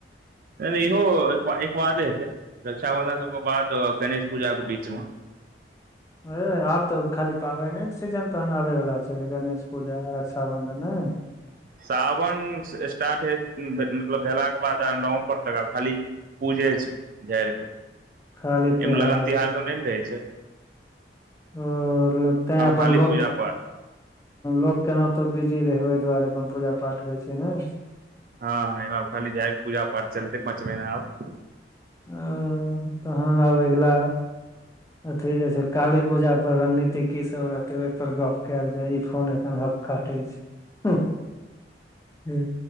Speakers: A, on the right; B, on the left.
A: नै नै इहो ऐके एके बादे हेतै। रक्षाबंधन सबके बाद आ गणेश पूजा के बीच मे
B: ए आब तऽ खाली पाबैने क सीजन तहन आबैवला छैय गणेश पूजा रक्षााबन्धन नैय।
A: सावन स्टार्ट मतलब भेलाके बाद आब नवम्बर तक खाली। पूजे छै झारि कऽ
B: खाली त्योहार
A: ऐमे लगन तिहार सब नैय ना रहै छैय।
B: ओ ऽ लगतै अपन
A: खाली
B: लोक।
A: पूजा पाठ
B: लोक केना तऽ बिजी रहै ओहि दुआरे अपन पूजा पाठ होइ छैय ने।
A: हँ ह ऐमे आब खाली झारि के पूजा पाठ चलते पाँच महीना आब।
B: आ ऽ तहन आब अगिला अथी जै छैय। काली पूजा पर रणनीति की सब रहतै ओहि पर गप कैयल जाय ई फोन एखन हम काटै छी। हूंह जे